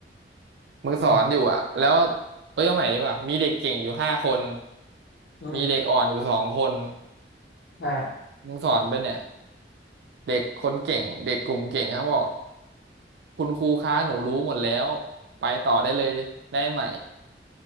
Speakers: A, on the right; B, on the left.
A: มึงสอนอยู่อ่ะแล้ว
B: อืม
A: เอ้ยเอาใหม่ดีกว่ามีเด็กเก่งอยู่ห้าคน
B: อืม
A: มีเด็กอ่อนอยู่สองคน
B: ใช่
A: มึงสอนไปเนี่ยเด็กคนเก่งเด็กกลุ่มเก่งครับบอกคุณครูคะหนูรู้หมดแล้วไปต่อได้เลยได้ไหม